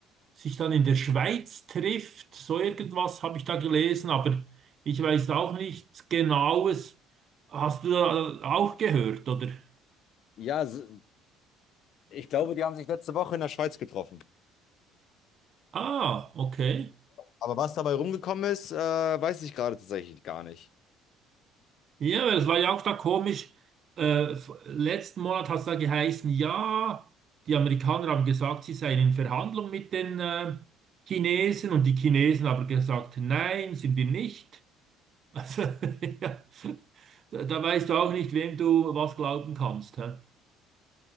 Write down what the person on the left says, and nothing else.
Ja, s- ich glaube, die haben sich letzte Woche in der Schweiz getroffen.
Aber was dabei rumgekommen ist, äh, weiß ich gerade tatsächlich gar nicht.